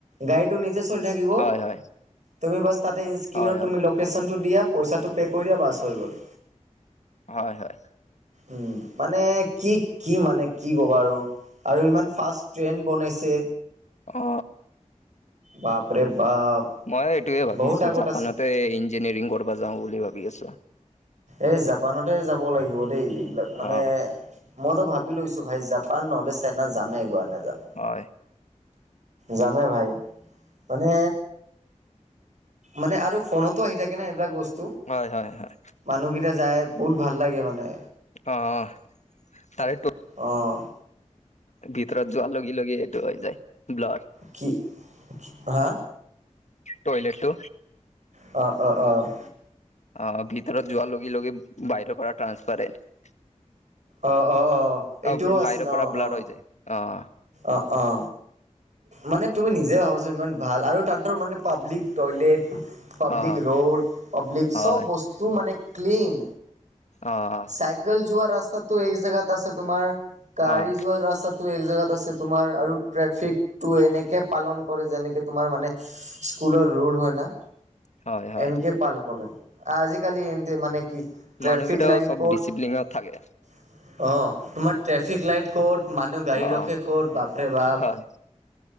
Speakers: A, on the right; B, on the left.
A: গাড়ীটো নিজে চলি থাকিব
B: হয় হয়
A: তুমি বাছ তাতে স্ক্ৰীনত
B: হয় হয়
A: তুমি লোকেশ্যনটো দিয়া পইচাটো পে' কৰি দিয়া বাছ হৈ গ'ল
B: হয় হয়
A: উম মানে কি কি মানে কি কবা আৰু আৰু ইমান ফাষ্ট ট্ৰেইন বনাইছে
B: অ অ
A: বাপৰে বাপ
B: মই এইটোয়ে ভাবি
A: বহুত
B: আছো
A: আগত
B: জাপানতে
A: আছে
B: ইঞ্জিনিয়াৰিং কৰিব যাও বুলি ভাবি আছো
A: এই জাপানতে যাব লাগিব দেই এইবিলাক মানে
B: অ
A: মইতো ভাবি লৈছো ভাই জাপান নহ'লে চেইনা যামেই গোৱা লে যাম
B: হয়
A: যামে ভাই, মানে মানে আৰু ফোনতো আহি থাকে না এইবিলাক বস্তু?
B: হয় হয় হয়।
A: মানুহকেইটা যায় বহুত ভাল লাগে মানে।
B: অ' তাৰে ত'
A: অঁ।
B: ভিতৰত যোৱা লগে- লগে এইেইটো হৈ যায় ব্লাৰ।
A: কি হা?
B: টইলেটটো।
A: অ' অ' অ'।
B: অ' ভিতৰত যোৱাৰ লগে - লগে বাহিৰৰ পৰা ট্ৰান্সফাৰেণ্ট।
A: অ' অ' এইটোও
B: অ' বাহিৰৰ
A: আছিল
B: পৰা
A: অ'
B: ব্লাৰ
A: অ'
B: হৈ যায় অ'।
A: অ' অ'। মানে তুমি নিজে ভাবাচোন ইমান ভাল আৰু তাঁতৰমানে পাব্লিক টলেট পাব্লিক
B: অ',
A: ৰোড, পাব্লিক
B: হয়,
A: চব বস্তু মানে ক্লিন।
B: অঁ অঁ।
A: চাইকেল যোৱা ৰাস্তাতটো এক জেগাত আছে তোমাৰ, গাড়ী
B: হয়,
A: যোৱাৰ ৰাস্তাতো এক জেগাত আছে। তোমাৰ আৰু ট্ৰেফিকটো এনেকে পালন কৰে যেনেকে তোমাৰ মানে স্কুলৰ ৰল হয় ন।
B: হয়, হয়।
A: এনক পাল কৰেলে আজিকালি এনতে মানে কি <inaudible>
B: মানুহেইটাও
A: লাইন
B: সব
A: ক'ত
B: ডিচিপ্লিন থাকে।
A: অ' তোমাৰ ট্ৰেফিক লাইট ক'ত মানুহ গাড়ী
B: অ',
A: ৰখে ক'ত বাপৰে বাপ।
B: হয়,